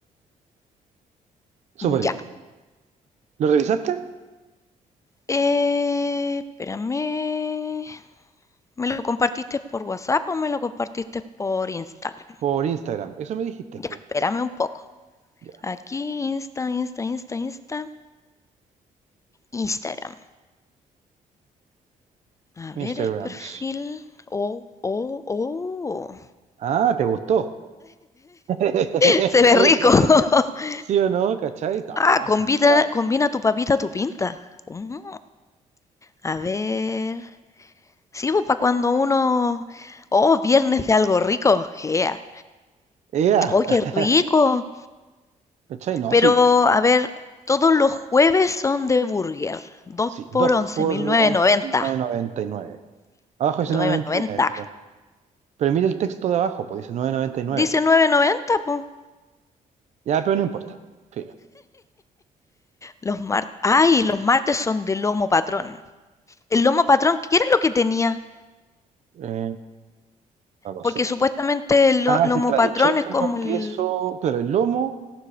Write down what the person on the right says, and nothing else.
Súper bien.
¿Lo revisaste?
Por Instagram. Eso me dijiste,
po.
Ya.
Instagrams.
Ah, ¿te gustó? <laughs>
¿Sí o no? ¿Cachai? No,
sí está.
¡Ea!
<laughs>
¿Cachai? No,
sí,
sí. 2
por
once
mil novecientos noventa y nueve.
Abajo dice novecientos
noventa y nueve, pero, pero mire el texto de abajo, pues dice novecientos noventa y nueve.
Ya, pero no importa. Filo.
Eh, no lo
sé.
Ah,
sí, trae
choclo,
queso, claro, el lomo,